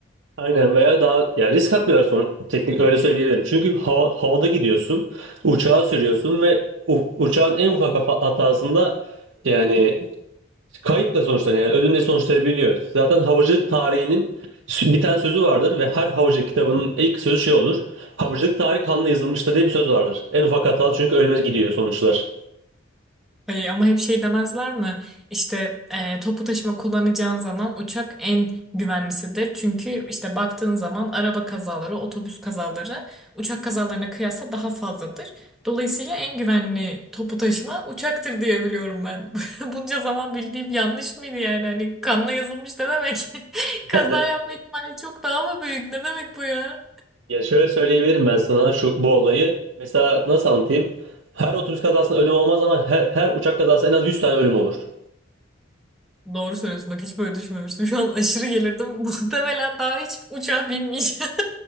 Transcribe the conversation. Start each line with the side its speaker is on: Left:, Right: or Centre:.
Right: Aynen veya daha ya risk atmıyorlar sonra teknik öyle söyleyebilirim. Çünkü hava, havada gidiyorsun, uçağa sürüyorsun ve u- uçağın en ufak hafa- hatasında yani kayıpla sonuçlanıyor. Yani ölümle sonuçlanabiliyor. Zaten havacılık tarihinin sü- bir tane sözü vardır ve her havacılık kitabının ilk sözü şey olur. Havacılık tarihi kanla yazılmıştır diye bir söz vardır. En ufak hata çünkü ölüme gidiyor sonuçlar.
Centre: Ay, ama hep şey demezler mi? İşte e, toplu taşıma kullanacağın zaman uçak en güvenlisidir. Çünkü işte baktığın zaman araba kazaları, otobüs kazaları uçak kazalarına kıyasla daha fazladır. Dolayısıyla en güvenli toplu taşıma uçaktır diye biliyorum ben. <laughs> Bunca zaman bildiğim yanlış mıydı yani? Hani kanla yazılmış ne demek? <laughs> Kaza
Right: <laughs>
Centre: yapma ihtimali çok daha mı büyük? Ne demek bu ya?
Right: Ya şöyle söyleyebilirim ben sana şu bu olayı. Mesela nasıl anlatayım? Her otobüs kazasında ölüm olmaz ama her, her uçak kazasında en az 100 tane ölüm olur.
Centre: Doğru söylüyorsun bak hiç böyle düşünmemiştim. Şu an aşırı gelirdim. <laughs> Muhtemelen daha hiç uçağa binmeyeceğim.